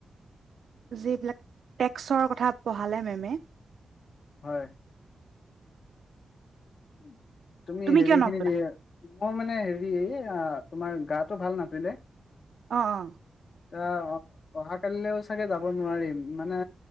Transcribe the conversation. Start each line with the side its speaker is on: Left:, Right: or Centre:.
Right: যিবিলাক টেক্সৰ কথা পঢ়ালে মেমে
Left: হয়। উম। তুমি হেৰি
Right: কিয় নগ'লা?
Left: খিনি দিয়া মই মানে হেৰি এয়া, তোমাৰ গাটো ভাল নাছিলে।
Right: অ, অ।
Left: টা, অহা-অহা কালিলেও চাগে যাব নোৱাৰিম, মানে